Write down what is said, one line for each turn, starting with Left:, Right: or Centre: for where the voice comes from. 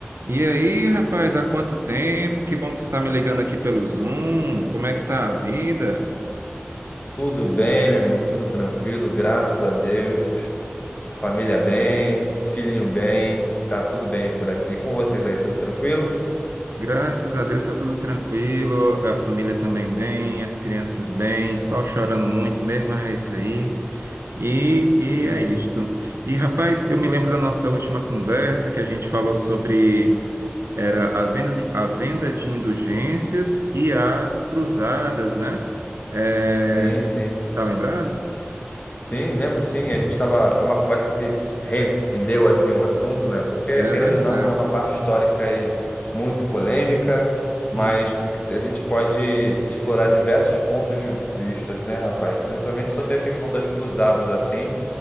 Right: E aí, rapaz, há quanto tempo? Que bom que você está me ligando aqui pelo Zoom. Como é que tá a vida?
Left: Tudo bem, meu amigo, tudo tranquilo, graças a Deus. A família bem, filhinho bem, tá tudo bem por aqui. Com vocês aí, tudo tranquilo?
Right: Graças a Deus está tudo tranquilo, a família também bem, as crianças bem, só chorando muito mesmo, mas é isso aí. E, e
Left: Uhum.
Right: é isto. E, rapaz, eu me lembro da nossa última conversa que a gente falou sobre era a venda de, a venda de indulgências e as cruzadas, né? É,
Left: Sim, sim.
Right: tá lembrado?
Left: Sim, lembro sim. A gente tava, foi uma conversa que rendeu assim o assunto, né? Porque
Right: É
Left: querendo
Right: verdade.
Left: ou não, é uma parte histórica e muito polêmica, mas
Right: Uhum.
Left: que que a gente pode explorar diversos pontos de vistas, né, rapaz? Principalmente sobre a questão das cruzadas assim.